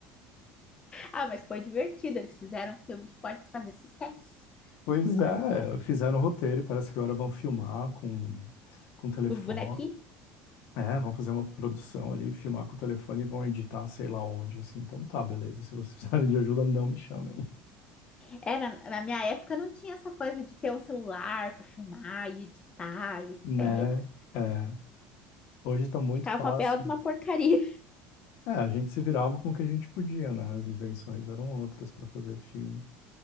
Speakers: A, on the left; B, on the left.
A: Ah, mas foi divertido, eles fizeram um filme que pode fazer sucesso.
B: Pois é,
A: Olha só.
B: fizeram o roteiro, parece que agora vão filmar com, com telefone.
A: Com Os bonequinhos.
B: É, vão fazer uma produção ali, filmar com o telefone e vão editar sei lá onde, assim. Então tá, beleza. Se vocês <laughs> precisarem de ajuda, não me chamem,
A: Era, na minha época não tinha essa coisa de ter um celular para filmar e editar
B: <laughs>
A: e etc.
B: né? É, hoje tá muito
A: Ficava
B: fácil.
A: uma bela de uma porcaria.
B: É, a gente se virava com o que a gente podia, né? As invenções eram outras para fazer filme.